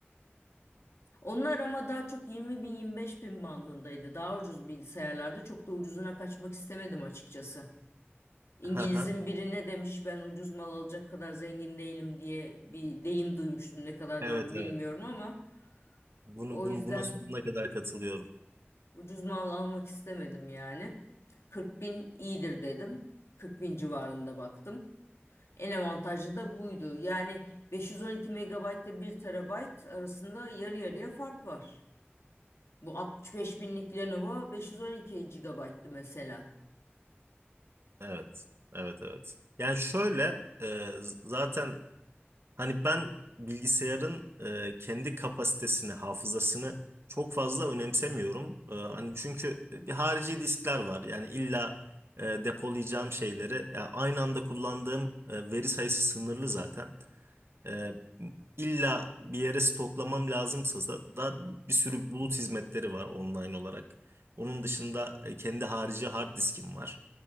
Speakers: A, on the left (about 85°); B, on the right (about 70°).
A: Onlar ama daha çok 20 bin 25 bin bandındaydı. Daha ucuz bilgisayarlarda çok da ucuzuna kaçmak istemedim açıkçası. İngiliz'in
B: Haha,
A: biri ne demiş ben ucuz mal alacak kadar zengin değilim diye bir deyim duymuştum. Ne kadar
B: Evet
A: doğru
B: evet.
A: bilmiyorum ama
B: Bunu
A: o
B: bunu
A: yüzden
B: buna sonuna kadar katılıyorum.
A: Ucuz mal almak istemedim yani. 40 bin iyidir dedim. 40 bin civarında baktım. En avantajlı da buydu. Yani 512 megabayt ile bir TB arasında yarı yarıya fark var. Bu 65 binlik Lenovo 512 GB'tı mesela.
B: Evet. Evet evet. Yani şöyle e, z- zaten Hani ben bilgisayarın e, kendi kapasitesini, hafızasını çok fazla önemsemiyorum. E, hani çünkü bir harici diskler var. Yani illa e, depolayacağım şeyleri, yani aynı anda kullandığım e, veri sayısı sınırlı zaten. E, illa bir yere stoklamam lazımsa da, da bir sürü bulut hizmetleri var online olarak. Onun dışında e, kendi harici hard diskim var.